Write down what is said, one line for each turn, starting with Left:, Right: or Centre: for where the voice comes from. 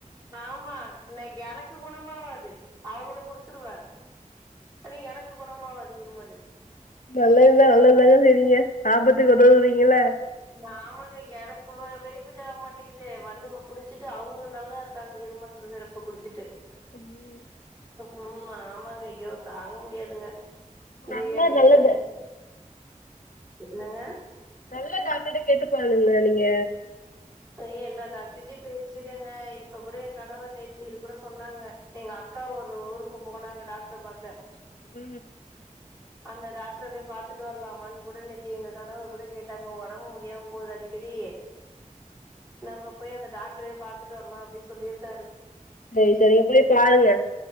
Right: ஆமா இன்னைக்கி எனக்கு குணமாவாது அவுங்குளுக்கு குடுத்துருவே அது எனக்கு குணமாவாது இருமலு
Left: நல்லதுதா நல்லதுதாங்க செய்ரிங்க ஆபத்துக்கு உதவுறீங்கல்ல
Right: ஆமாங்க எனக்கு ஒரு பெனிஃபிட் ஆகமாட்டீங்கிது வந்து குடிச்சிட்டு அவுங்க நல்லா இருக்காங்க இருமல் சிரப் பு குடிச்சிட்டு
Left: அய்யு ம்
Right: ம் ஆமாங்க ஐயோ தாங்க முடியாதுங்க இது
Left: நல்ல
Right: எனக்கு
Left: நல்லது
Right: இந்த வீட்டு என்னங்க
Left: நல்ல டாக்டர் ட்ட கேட்டு சொல்லுங்க நீங்க
Right: ஏய் எல்லா டாக்டர்கிட்டயு பேசிட்டேங்க இப்ப கூட ஏன் கணவர் நே இவுங் கூட சொன்னாங்க எங்க அக்கா ஒரு ஊருக்கு போனாங்க டாக்டர் பாக்க
Left: உ
Right: அந்த டாக்டர் போய் பாத்துட்டு வரலாமானு கூட நேத்தி எங்க கணவர் கூட கேட்டாங்க ஒடம்பு முடியாம போது அடிக்கெடி நம்ப போய் அந்த டாக்ரே பாத்துட்டு வரலா அப்டி சொல்லியிருக்காரு
Left: செரி செரிங்க எப்டினு பாருங்க